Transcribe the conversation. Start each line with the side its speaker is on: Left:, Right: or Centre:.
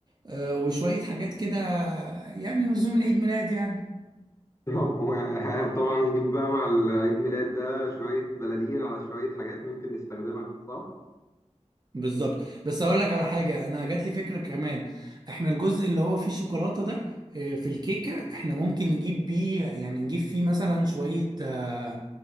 Right: آه، وشوية حاجات كده يعني نزوم العيد ميلاد يعني
Left: بالظبط. و- <laughs> طبعا نجيب بقى مع العيد ميلاد ده شوية بلالين على شوية حاجات ممكن نستخدمها صح؟
Right: بالظبط بس اقول لك على حاجه انا جات لي فكره كمان احنا الجزء اللي هو فيه شوكولاته ده آه، في الكيكه احنا ممكن نجيب بيه يعني نجيب فيه مثلا شويه آه،